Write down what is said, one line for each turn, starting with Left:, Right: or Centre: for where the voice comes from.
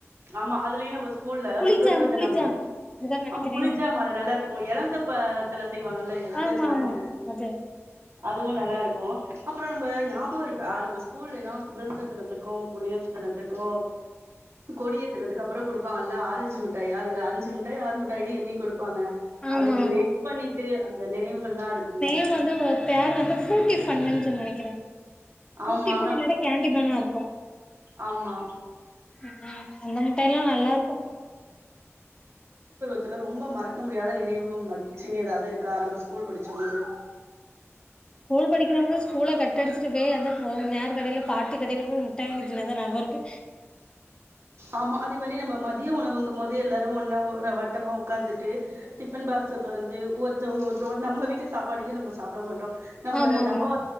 Right: ஆமா அதுலயே நம்ம ஸ்கூல்ல
Left: புளிஜாம்
Right: சுதந்திர தினம்லா
Left: புளிஜாம் அதுதா நெனைக்கிறே
Right: ஆம் புளிஜாம் ஆமா அது நல்லா இருக்கு எலந்த பழத்துல செய்வாங்கல்ல எலந்த
Left: ஆமா
Right: ஜாமு
Left: ஆமா அது
Right: அதுவு நல்லா இருக்கு அப்பறோ நம்ம ஞாபகம் இருக்கா நம்ம ஸ்கூல்ல ஏன்னா சுதந்திர தினத்துக்கு உன்குடையே சுத்துனதுக்கு கொடியேத்துனதுக்கு அப்பறோ கொடுப்பாங்கல்ல ஆரஞ்சு மிட்டாய் அதுல அஞ்சு மிட்டாய் ஆறு மிட்டாய்னு எண்ணி குடுப்பாங்க
Left: ஆமா
Right: அதுக்கு
Left: ஆமா
Right: வெயிட் பண்ணிட்டு அந்த நினைவுகள்ல்லா இருக்கும்ல
Left: ஹஸ்பேண்ட் வந்து ஒர்க் பேர் வந்து ஃபூரூட்டி ஃபன்னு சொல்லி நெனைக்கிறேன் ஃபூரூட்டி
Right: ஆமா
Left: ஃபன் இல்ல கேண்டி மேன்னா இருக்கும்
Right: ஆம்மா
Left: ஆ ஆ அந்த மிட்டாய எல்லா நல்லா இருக்கும்
Right: த்துல ரொம்ப மறக்க முடியாத நினைவு மகிழ்ச்சின்னு எதாவது இருக்கா நம்ம ஸ்கூல் படிச்சபோது
Left: ஸ்கூல் படிக்கிறவ ஸ்கூலை கட்டடிச்சுட்டு போய் அந்த நேர் கடையில பாட்டி கடையில போய் முட்ட வாங்கி தின்னது தான் ஞாபகம் இருக்கு
Right: ஆமா அதே மாதிரி நம்ம மதியம் உணவுங்கும் போது எல்லாரும் ஒன்னா வட்டமா உட்காந்துட்டு டிஃபன் பாக்ஸ் தொரந்து ஒருத்தவங்க ஒருத்தவங்க நம்ம வீட்டு சாப்பாடையே நம்ம சாப்ட மாட்டோம் நம்ம
Left: ஆமா
Right: டப்பாவ
Left: ஆமா